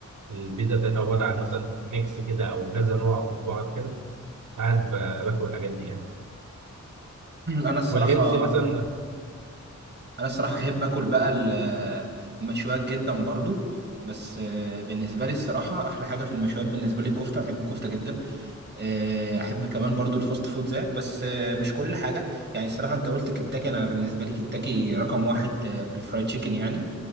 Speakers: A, on the right (about 80°); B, on the right (about 35°).
A: البيتزا بتاعتها عباره عن مثلا ميكس كده او كذا نوع في بعض كده ساعات ب- باكل الحاجات دي يعني
B: <clears throat> انا الصراحه
A: والهيلثي مثلا
B: انا الصراحه احب اكل بقى ال- المشويات جدا برضو بس آه، بالنسبه لي الصراحه احلى حاجه في المشويات بالنسبه لي الكفته بحب الكفته جدا آه، احب كمان برضو الفاست فود زيك بس آه، مش كل حاجه يعني الصراحه انت قلت كنتاكي انا بالنسبه لي كنتاكي رقم واحد آه، في الفرايد تشيكن يعني